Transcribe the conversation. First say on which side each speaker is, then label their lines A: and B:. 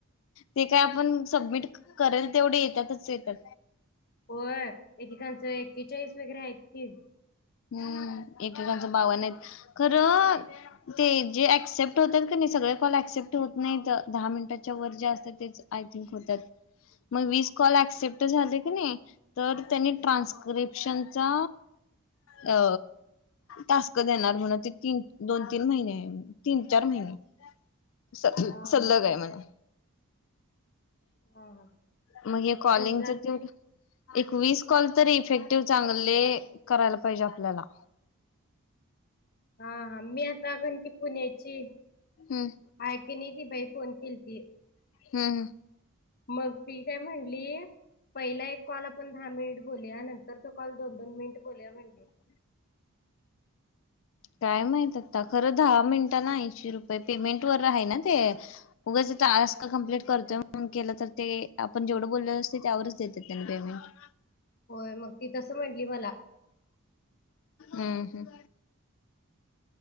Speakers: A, on the left; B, on the left.
A: ते काय आपण सबमिट करेल तेवढे येतातच येतात.
B: होय एकेकांचं एकेचाळीस वगैरे आहेत की
A: हम्म एकेकांच भावना खरं ते जे ऍक्सेप्ट होतात का नाही सगळे कॉल ऍक्सेप्ट होत नाहीत दहा मिनिटाच्या वर जे असतात तेच आय थिंक होतात मग विस कॉल ऍक्सेप्ट झाले की नाही? तर त्यांनी ट्रान्स्क्रिप्शनचा अ तास्क देणार म्हणा ते तीन, दोन, तीन महिने तीन, चार महिने स
B: हा
A: सल्लग
B: हा
A: आहे म्हण
B: हा हा
A: मग हे
B: ते
A: कॉलिंगच
B: कसलं
A: तेवढ
B: असते
A: एक वीस कॉल तरी इफेक्टिव चांगले करायला पाहिजे आपल्याला
B: हा हा मी आता कारण की पुण्याची
A: हम्म
B: अके नी त बाई फोन केल्ती
A: हम् हम
B: मग ती काय म्हणली पहिला एक कॉल आपण दहा मिनिट बोलूया नंतर तो कॉल दोन, दोन मिनिट बोलया म्हणजे
A: हो. काय माहित आता खरं दहा मिनिटांना ऐंशी रुपये पेमेंट वर आहे ना ते? उगाच त आ का कम्प्लीट करतोय म केलं तर ते आपण जेवढं बोललेलं असते त्यावरच देतात त्यांनी पेमेंट.
B: होय मग ती तसं म्हटली मला
A: हम् हम्